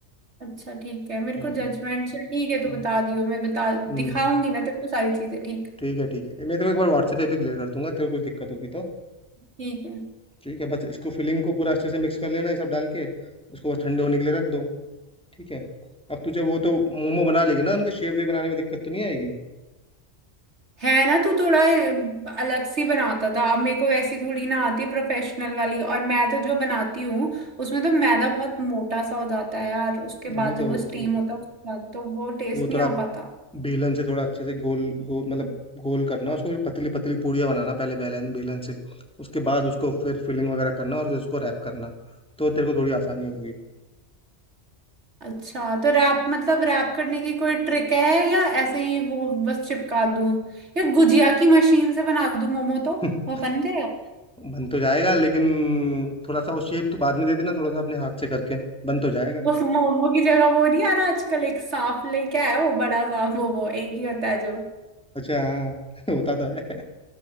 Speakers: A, on the right; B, in the centre.
A: अच्छा ठीक है मेरे
B: हम्म
A: को जजमेंट चल ठीक है तू
B: हम्म।
A: बता दियो मैं बता
B: हम्म
A: दिखाऊंगी ना तेरे को सारी चीजें ठीक
B: ठीक है ठीक है मैं तेरे को एक बार व्हाट्सएप पे भी क्लियर कर दूंगा तेरे को कुछ दिक्कत होगी तो
A: ठीक है
B: ठीक है बस इसको फिलिंग को पूरा अच्छे से मिक्स कर लेना ये सब डाल के उसको बस ठंडे होने के लिए रख दो ठीक है अब तुझे वो तो मोमो बना लेगी ना उनके शेप वे बनाने में दिक्कत तो नहीं आएगी
A: है ना तू थोड़ा अ, अलग सी बनाता था अब मेरे को वैसी थोड़ी ना आती प्रोफेशनल वाली और मैं तो जो बनाती हूँ उसमें तो मैदा बहुत मोटा सा हो जाता है यार उसके
B: नहीं
A: बाद
B: नहीं तो
A: जब वो स्टीम
B: वो तो,
A: होता है उसके बाद तो वो टेस्ट
B: वो
A: नहीं
B: थोड़ा
A: आ पाता
B: बेलन से थोड़ा अच्छे से गोल गोल मतलब गोल करना उसको फिर पतली पतली पूड़ियाँ बनाना पहले बेलन बेलन से उसके बाद उसको फिर फिलिंग वगैरह करना और फिर उसको रैप करना तो तेरे को थोड़ी आसानी होगी
A: अच्छा तो रैप मतलब रैप करने की कोई ट्रिक है या ऐसे ही वो बस चिपका दूं या गुजिया की मशीन से बना दूं मोमो
B: <laughs>
A: तो वो बन जाएगा
B: बन तो जाएगा
A: <laughs>
B: लेकिन थोड़ा सा वो शेप तो बाद में दे देना थोड़ा सा अपने हाथ से करके बन तो जाएगा
A: वो मोमो की जगह वो नहीं आ रहा आजकल एक सांप लेके आया वो बड़ा सांप वो वो एक ही होता है जो
B: अच्छा हाँ <laughs> होता तो है